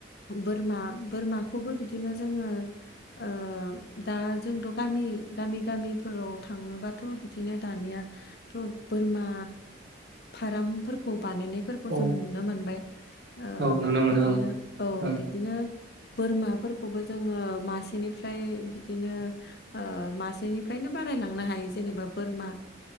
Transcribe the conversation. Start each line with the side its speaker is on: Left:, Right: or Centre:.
Left: बोरमा बोरमाखौबो बिदिनो जोंङो ओ दा जोंथ' गामि गामि गामिफोराव थाङोबाथ' बिदिनो दानिया थ' बोरमा फार्मफोरखौ बानायनायफोरखौ
Right: औ
Left: जों नुनो मोनबाय ओ
Right: औ नुनो मोनो
Left: बिदिनो औ
Right: ओं
Left: बि दिनो बोरमाफोरखौबो जोंङो मासेनिफ्राय बिदिनो ओ मासेनिफ्रायनो बारायलांनो हायो जेनेबा बोरमा